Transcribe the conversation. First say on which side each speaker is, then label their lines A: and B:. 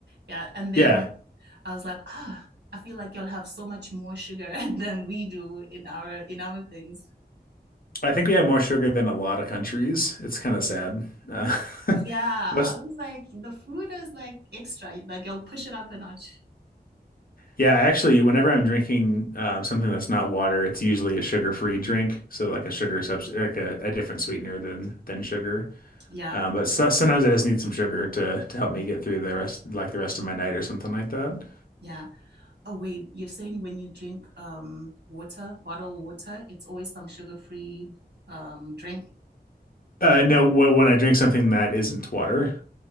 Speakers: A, on the right (about 85°); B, on the left (about 60°).
A: Yeah, and then
B: Yeah.
A: I was like, ah, oh, I feel like y'all have so much more sugar <laughs> than we do in our in our things.
B: I think we have more sugar than a lot of countries. It's kind of sad. Uh,
A: Yeah,
B: <laughs> most
A: I was like, the food is like extra. Like y'all push it up a notch.
B: Yeah, I actually, whenever I'm drinking um, something that's not water, it's usually a sugar-free drink. So like a sugar substitute, like a, a different sweetener than than sugar.
A: Yeah.
B: Um, but so, sometimes I just need some sugar to to help me get through the rest, like the rest of my night or something like that.
A: Yeah. Oh, wait, you're saying when you drink um water, bottled water, it's always some sugar-free um drink.
B: Uh, no, wh- when I drink something that isn't water,